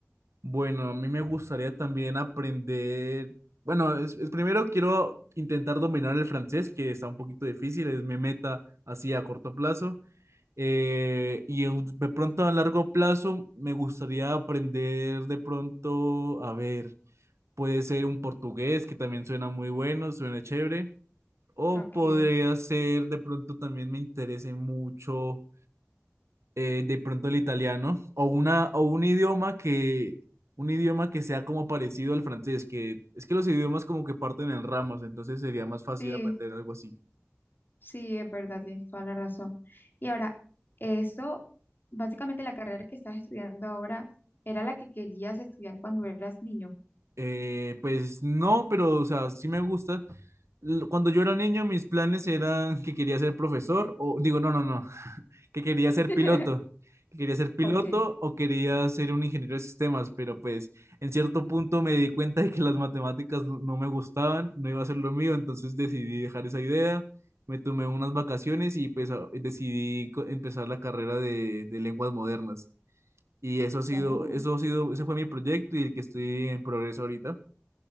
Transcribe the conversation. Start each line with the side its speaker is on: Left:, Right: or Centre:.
Right: Bueno, a mí me gustaría también aprender, bueno, es, es primero quiero intentar dominar el francés, que está un poquito difícil, es mi meta así a corto plazo. Eh, y en- de pronto a largo plazo me gustaría aprender de pronto, a ver, puede ser un portugués, que también suena muy bueno, suena chévere. O
Left: Ok,
Right: podría ser, de pronto también me interese mucho, eh, de pronto el italiano, o una, o un idioma que, un idioma que sea como parecido al francés, que es que los idiomas como que parten en ramas, entonces sería más fácil
Left: sí,
Right: aprender algo así.
Left: sí, es verdad, tienes toda la razón. Y ahora, eso, básicamente la carrera que estás estudiando ahora era la que querías estudiar cuando eras niño.
Right: Eh, pues no, pero o sea, sí me gusta. L- Cuando yo era niño, mis planes eran que quería ser profesor, o digo, no, no, no, <laughs> que quería ser
Left: <laughs>
Right: piloto, que quería ser piloto
Left: Ok.
Right: o quería ser un ingeniero de sistemas, pero pues en cierto punto me di cuenta de que las matemáticas no no me gustaban, no iba a ser lo mío, entonces decidí dejar esa idea, me tomé unas vacaciones y pues a- decidí co- empezar la carrera de, de lenguas modernas. Y eso ha sido,
Left: Oh.
Right: eso ha sido, ese fue mi proyecto y el que estoy en progreso ahorita.